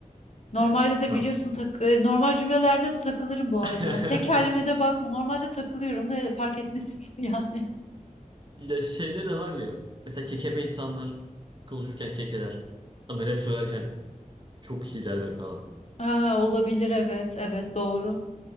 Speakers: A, on the left; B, on the right.
A: Normalde
B: Evet,
A: de
B: tamam.
A: biliyorsun tak e, normal cümlelerde de takılırım bu arada.
B: <laughs>
A: Ben Tekerlemede bakma. Normalde takılıyorum da fark etmesin <laughs> yani.
B: Ya şeyde de var ya, mesela kekeme insanlar konuşurken kekeler ama rap söylerken çok iyilerdir falan.
A: Aa, olabilir evet, evet doğru.